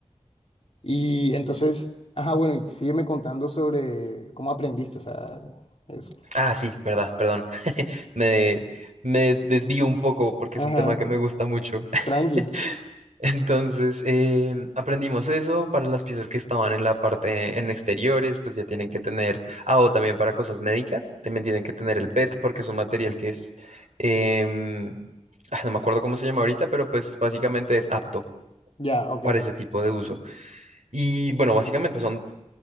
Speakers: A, on the left; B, on the right.
A: Y entonces, ajá, bueno, y sígueme contando sobre cómo aprendiste, o sea, eso.
B: Ah, sí, verdad, perdón. <laughs> Me, me desvío un poco porque
A: Ajá,
B: es un tema que me gusta mucho. <laughs>
A: tranqui.
B: Entonces, eh, aprendimos eso para las piezas que estaban en la parte en exteriores, pues ya tienen que tener, ah, o también para cosas médicas, también tienen que tener el PET porque es un material que es, em, ah, no me acuerdo cómo se llama ahorita, pero pues básicamente es apto
A: Ya, ok.
B: para ese tipo de uso. Y bueno, básicamente son